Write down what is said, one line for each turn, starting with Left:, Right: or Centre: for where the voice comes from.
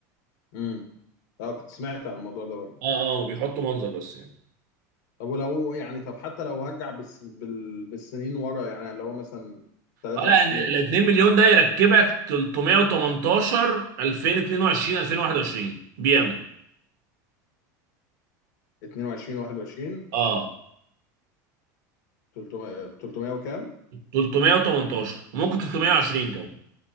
Left: امم اه كنت سمعت عن الموضوع ده برضه
Right: اه اه بيحطوا منظر بس يعني
Left: طب ولو يعني طب حتى لو هرجع بالس... بال... بالسنين ورا يعني اللي هو مثلا 23
Right: اه لا ال ال- 2 مليون ده يركبك 318 2022 2021 بي ام
Left: 22 21
Right: اه
Left: 300 300 وكام
Right: 318 وممكن 320 كمان